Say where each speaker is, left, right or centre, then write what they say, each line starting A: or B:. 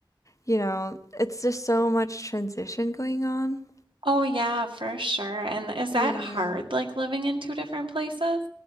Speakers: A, on the left (about 40°); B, on the right (about 75°).
A: you know, it's just so much transition going on.
B: Oh, yeah, for sure. And is
A: Yeah.
B: that hard, like living in two different places?